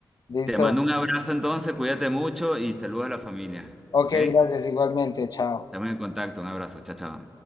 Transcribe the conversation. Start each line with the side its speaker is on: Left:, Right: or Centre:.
Left: Listo.
Centre: te mando un abrazo entonces, cuídate mucho y saludos a la familia,
Left: Ok,
Centre: ¿ok?
Left: gracias, igualmente, chao.
Centre: Estamos en contacto, un abrazo, chao, chao.